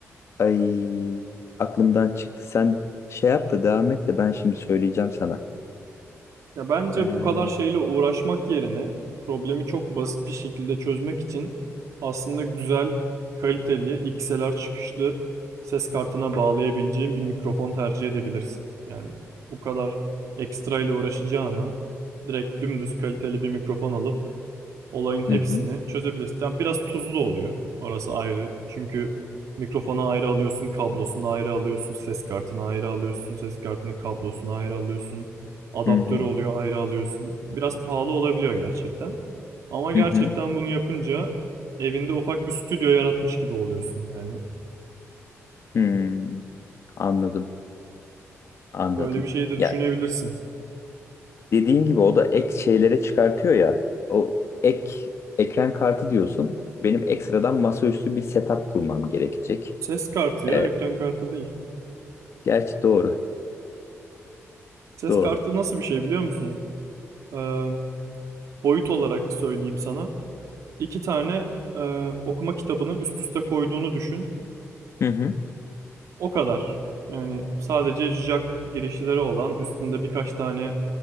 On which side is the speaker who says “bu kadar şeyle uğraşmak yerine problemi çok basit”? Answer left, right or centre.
Right